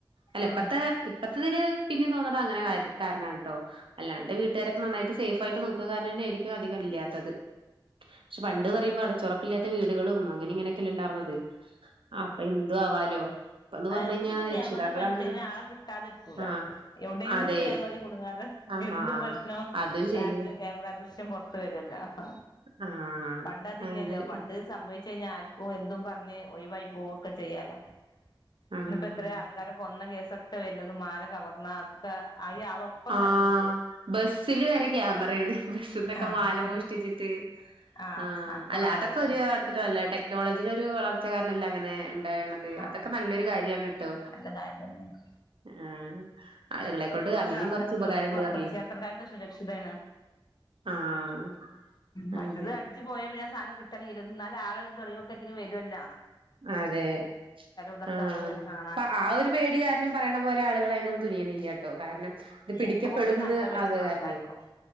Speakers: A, on the right; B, on the left.
A: അല്ല
B: ഉം
A: ഇപ്പത്തെ ഇപ്പത്തെതില് പിന്നിം തോന്നണത് അങ്ങനെ കാരണാണ് ട്ടോ അല്ലാണ്ട് വീട്ട്കാരൊക്കെ നന്നായിട്ട് സേഫായി ട്ട് നോക്ക്ക കാരണംന്നെ ആയിരിക്കും അധികം ഇല്ലാത്തത് ക്ഷെ പണ്ട് പറയുമ്പോ അടച്ചൊറപ്പില്ലാത്ത വീടുകളും അങ്ങനി ഇങ്ങനിയൊക്കല്ലെ ണ്ടാർന്നത് അപ്പൊ എന്തു ആവാലോ ഇപ്പന്ന്
B: അതെ
A: പറഞ്ഞ് കഴിഞ്ഞാ
B: ന്ന് പിന്നെ കേമറി
A: രക്ഷിതാക്കളാണെങ്കിലും
B: പതിഞ്ഞിട്ടെങ്കിലും ആളെ കിട്ടാതെരിക്കൂല
A: ആഹ്
B: എവടെങ്കിലും
A: അതെ
B: ഒരു കേമറി കുടുങ്ങാതെ
A: ആഹ്
B: എന്ത് പ്രശ്നം <unintelligible>
A: അതും ശരിയാ
B: ക്യാമറ ദൃശ്യം പൊറത്ത് വരുവല്ലോ ആ
A: ആഹ്
B: പണ്ടതില്ലല്ലോ
A: അതെ
B: പണ്ട് സംഭവിച്ച ച ക ആർക്കും എന്തും പറഞ്ഞ് ഒഴിവായി പോവൊക്കെ ചെയ്യാലോ
A: ആഹ്
B: ഇന്നപ്പോ എത്രയും ആൾക്കാരെ കൊന്ന കേ ഒക്കെ വരുന്നുന്നത് മാല കവർന്ന ഒക്കെ ഈ ആളൊപ്പം
A: ആ
B: തരുന്നുണ്ട്
A: ബസിില് വരെ ക്യാമറയാണ് ബസ്സിന്തൊക്കെ
B: ആഹ്
A: മാല
B: മുസ്ലിം
A: മോഷ്ടിച്ചിട്ട്
B: ആഹ്
A: ആ്
B: അക്കെ
A: അല്ല
B: വേണം
A: അതൊക്കെ
B: വരുന്നെ
A: ഒരു അടത്തിട്ട് വല്ലടെ ക്ോളജിൊ ഒരു വളർച്ചക്കാരനല്ലാം അങ്ങെ ഉണ്ട് ഉണ്ടായിരുന്നത്
B: ആഹ്
A: അതൊക്കെ നല്ലാരു കാര്യാണ് ട്ടോ
B: നല്ല കാര്യം തന്നെയാണ്
A: ആ ആളുകളെ കൊണ്ട് അങ്ങനെയും
B: ങ്ങത്താ ആൾക്കാർക്ക്
A: കൊറച്ച് ഉപകാരണ്ട്
B: ബസ്
A: പറഞ്ഞില്ലേ
B: ബസ് യാത്രക്കാർക്ക് സുരക്ഷിതയാണ്
A: ആഹ്
B: മറ്റേത്
A: അതെ
B: അടിച്ചു പോയാ പിന്നെ സാധനം കി ട്ടല്ലില്ല എന്നാല ആളുകള് തെളിവൊക്കെ കിട്ടിന് വരുല്ല
A: അതെ
B: ഇതൊക്കെ
A: ആഹ
B: നമുക്ക് ഇങ്ങനെ കാണാലോ
A: അപ്പൊ ആ ഒരു പേടിക്കാരനും പറയണ പോലെ ആളുകളായി <unintelligible> ണ്ടോ കാരണം ഇത് പിടിക്കപ്പെട്ന്ന്
B: ഇപ്പൊ കൊറേ അന്തം വെച്ച്ക്ക്ണ്
A: അറിയില്ലെ
B: ആൾക്കാർക്കും